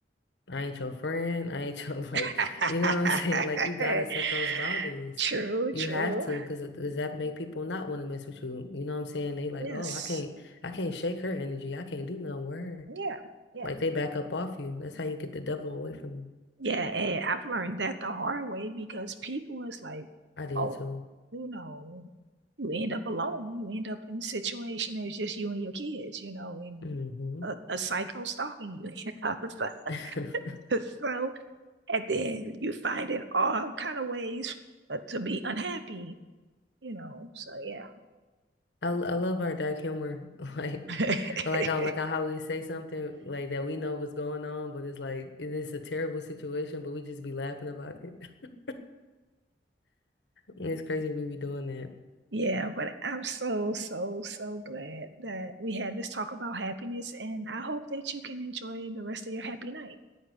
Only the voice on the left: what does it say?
I ain't your friend. I ain't your <laughs> like,
you know what I'm saying? Like you gotta set those boundaries.
You
have to, because does that make people not want to mess with you? You know what I'm saying? They like,
oh, I can't, I can't shake her energy. I can't do no word.
Like they back up off you. That's how you get the devil away from you.
I did
too.
hmm
<laughs>
I I love our dark humor. <laughs>
Like I like I like how we say something like that we know what's going on, but it's like it is a terrible situation, but we just be laughing about it. <laughs> It's crazy we be doing that.